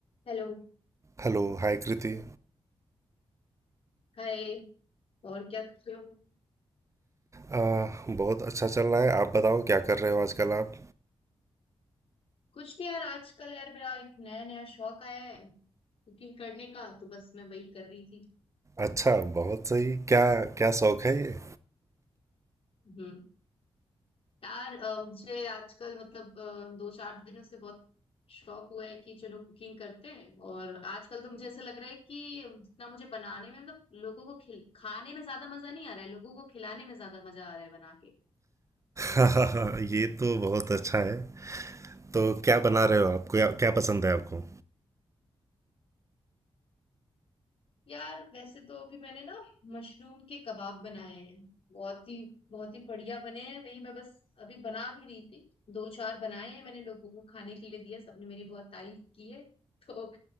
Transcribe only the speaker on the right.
Hello hi Kriti
आ, बहुत अच्छा चल रहा है आप बताओ क्या कर रहे हो आजकल आप
अच्छा बहुत सही क्या क्या शौक है ये
<laughs> ये तो बहुत अच्छा है तो क्या बना रहे हो आप क्या क्या पसंद है आपको